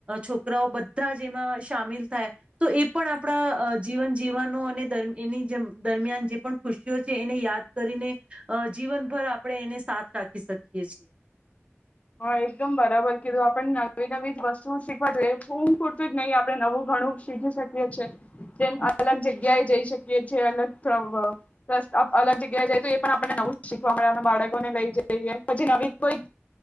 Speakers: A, on the right; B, on the left.
A: છોકરાઓ બધા બધા જેમાં સામેલ થાય. તો એ પણ આપણા જીવન જીવવાનો અને એની દરમિયાન જે પણ ખુશીઓ છે એને યાદ કરીને જીવનભર આપણે એને સાથ રાખી શકીએ છીએ.
B: હા એકદમ બરાબર કીધું. આપણે નવી, નવી વસ્તુ શીખવા જોઈએ એ <unintelligible> પૂરતું જ નહીં આપણે નવું ઘણું શીખી શકીએ છેએ. તેમ અલગ જગ્યાએ જઈ શકીએ છે. એ અલગલ અલગ જગ્યાએ જઈ તો એ પણ આપને નવું શીખવા મળે આપ બાળકોને લઈ જઈએ પછી નવી કોઈ